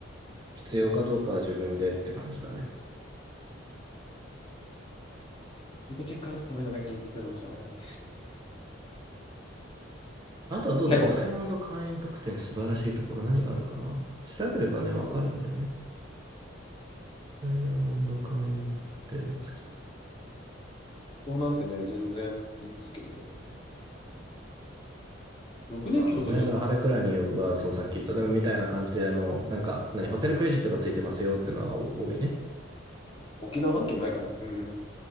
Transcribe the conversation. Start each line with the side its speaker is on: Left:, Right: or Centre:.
Right: 必要かどうかは自分でって感じだね。
Left: レイトチェックアウトためのだけに作るのちょっとあれなんで。
Right: あとはどうだろう、
Left: 結構、
Right: ダイヤモンド会員特典素晴らしいところ何があるかな。
Left: 京
Right: 調べればね、わかるんだよね。ダイヤモンド会員特典付き。
Left: 都なんてね、全然いいっすけどね。よくね、
Right: まあそうね。
Left: 京都にちょっと
Right: だからハレクラニーは、そのさっき言った、でもみたいな感じで、あの、なんか、何、ホテルクレジットがついてますよってのは多いね。
Left: 沖縄案件ないかな。うん。